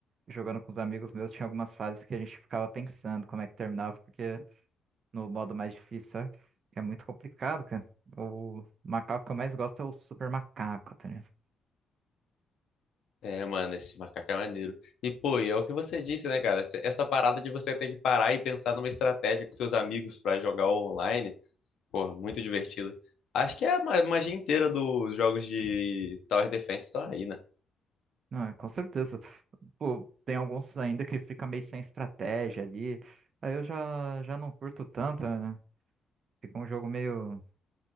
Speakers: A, on the right (about 60°); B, on the left (about 70°).
A: jogando com os amigos meus, tinha algumas fases que a gente ficava pensando como é que terminava, porque no modo mais difícil, sabe? Que É muito complicado, cara. O macaco que eu mais gosto é o super macaco, tá ligado?
B: É, mano, esse macaco é maneiro. E pô, e é o que você disse, né, cara? Essa essa parada de você ter que parar e pensar numa estratégia com seus amigos pra jogar online, pô, muito divertido. Acho que é a ma- magia inteira dos jogos de Tower Defense estão aí, né?
A: Não, é, com certeza. Pô, tem alguns ainda que fica meio sem estratégia ali. Aí eu já, já não curto tanto, né? Fica um jogo meio.